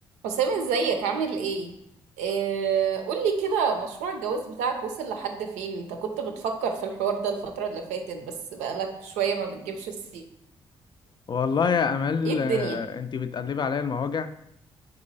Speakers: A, on the right; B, on the left.
A: حسام ازيك عامل ايه؟ آه، قولي كده مشروع الجواز بتاعك وصل لحد فين؟ انت كنت بتفكر في الحوار ده الفترة اللي فاتت بس بقالك شوية ما بتجيبش السيرة
B: والله يا امال
A: ايه الدنيا؟
B: آه، انت بتقلبي عليا المواجع